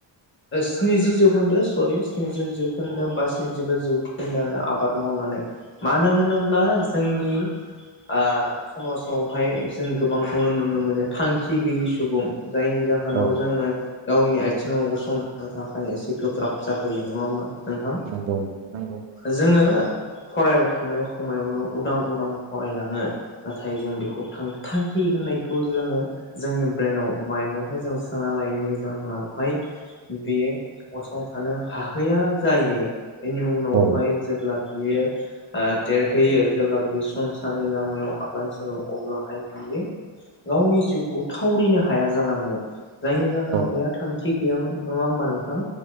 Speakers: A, on the left (about 25°); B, on the right (about 80°).
A: स्निजि जौखोन्दो सरि स्निजि जौखोन्दो बा स्निजिबा जौखोन्दोआनो आबाद मावनानै मानो होनोब्ला जोंनि ओ समाजावहाय जों गोबांखौनो नुनो नुनो मोनो थांखि गैयि सुबुं जायनि जाहोनाव
B: औ
A: जोङो गावनि आथिङाव गसंथानो थाखाय एसे गोब्राब जाहोयो नङा होमबा नोंथां
B: नंगौ नंगौ
A: जोङो फरायबाय थानाय समायावनो उदां उदां फरायलाङो नाथाय जों बेखौ थांखि होननाय खौ जोङो जोंनि ब्रेनाव माइन्दआवहाय जों सोना लायैनि जाहोनावहाय बेयो गसंथानो हाहैया जायो बेनि उनावहाय
B: औ
A: जेब्ला बियो ओ देरहोयो जेब्ला बियो संसारनि लामायाव आगान सोङो अब्लाहाय बियो गावनि जिउखौ थावरिनो हाया जालाङो जायनि जाहोनाव
B: औ
A: बेयो थांखि गैयामोन नङा होमबा नोंथां